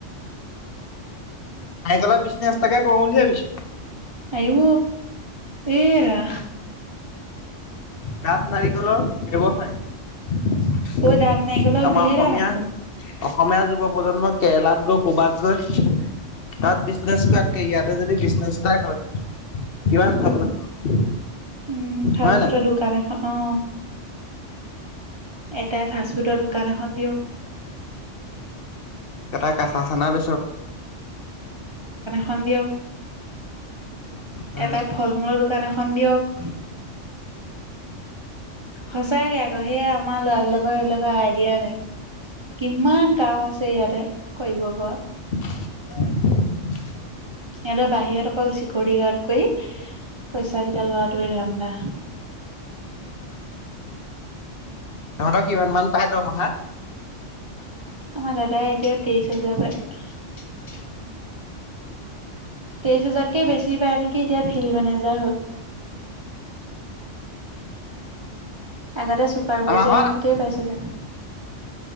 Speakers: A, on the left (about 55°); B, on the right (about 40°).
A: নাৰিকলৰ বিছনেছ এতাকে কৰোঁ বুলি ভাবিছোঁ।
B: আহ এইয়া
A: ডাত নাৰিকলৰ ব্যৱসায়।
B: অ' ডাব নাৰিকলৰ
A: আমাৰ
B: ঢেৰ
A: অসমীয়া
B: দাম আকৌ।
A: অসমীয়া যুৱ প্ৰজন্ম কেৰেলাত গৈ ক'বাত গৈ তাত বিজনেজ কৰাতকে ইয়াতে যদি বিজনেছ তাই হয় কিমান ভাল কথা হব।
B: উম ফাষ্ট
A: হয় নাই?
B: ফুটৰ দোকান এখন অ এটাই ফাষ্ট ফুডৰ দোকান এখন দিয়ক
A: এটা কেঁচা চানা বেচক
B: সন্দেয়ক
A: উম
B: এটাই ফল মূলৰ দোকান এখন দিয়ক- সঁচাকে আকৌ সেইয়া আমাৰ লৰাবিলাকৰ এইবিলাকৰ আইডিয়া নাই কিমান কাম আছে। তেয়াৰে কৰিব পৰা।
A: অ
B: সিহঁতৰ বাহিৰত অকল চিকিউৰিটি গাৰ্ড কৰি পইচা কেইটা লোৱাটোৱে ধান্দা-
A: তহঁতৰ কিমান মান পাই দম আহা।
B: আমাৰ দাদাই এতিয়া তেইশ হাজাৰ প তেইশ হোজাৰতকে বেছি পায় নেকি এতিয়া ফিল্ড মেনেজাৰ হল আগতে চুপাৰ ভাইজাৰ
A: আমাৰ ঘৰত
B: থাকোতে
A: আছে
B: পাইছিলে